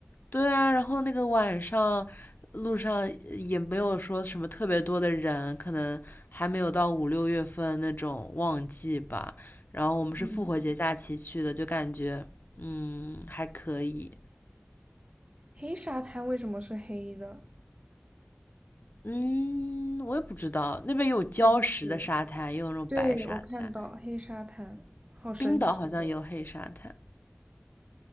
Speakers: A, on the left (about 55°); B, on the right (about 30°).
A: 对啊，然后那个晚上路上也没有说什么特别多的人，可能还没有到五六月份那种旺季吧。然后我们是复活节假期去的，
B: 嗯，
A: 就感觉嗯还可以。
B: 黑沙滩为什么是黑的？
A: 嗯，我也不知道，那边有礁石的沙滩，
B: 好神奇。
A: 也有那种白沙滩。
B: 对，我看到黑沙滩，好神奇哦！
A: 冰岛好像也有黑沙滩，